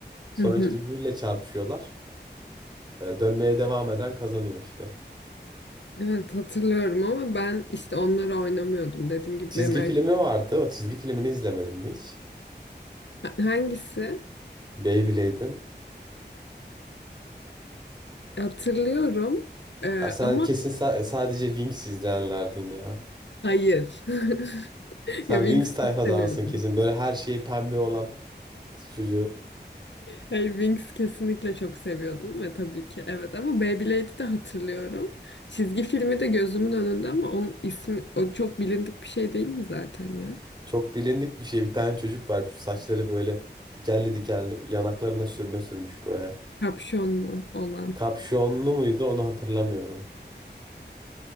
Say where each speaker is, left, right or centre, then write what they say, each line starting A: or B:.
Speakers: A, on the right (about 25°); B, on the left (about 85°).
A: Sonra
B: Hı hı.
A: işte birbiriyle çarpışıyorlar. Ee, dönmeye devam eden kazanıyor işte.
B: Evet hatırlıyorum ama ben işte onları oynamıyordum. Dediğim gibi
A: Çizgi
B: benim erkek...
A: filmi vardı. O çizgi filmini izlemedin mi hiç?
B: Ha- Hangisi?
A: Beyblade'in.
B: Hatırlıyorum Ee,
A: Ya sen
B: ama
A: kesin sa- sadece Wings izleyenlerdin ya.
B: hayır. <laughs>
A: Sen
B: Ya Wingsuit
A: Wings tayfadansın
B: seviyordum.
A: kesin. Böyle her şeyi pembe olan kız çocuğu.
B: Hey, Winx kesinlikle çok seviyordum ve tabii ki evet ama Beyblade'i de hatırlıyorum. Çizgi filmi de gözümün önünde ama onun ismi o çok bilindik bir şey değil mi zaten ya?
A: Çok bilindik bir şey. Bir tane çocuk var. Şu Saçları böyle dikenli dikenli. Yanaklarına sürme sürmüş böyle.
B: Kapşonlu olan.
A: Kapşonlu muydu onu hatırlamıyorum.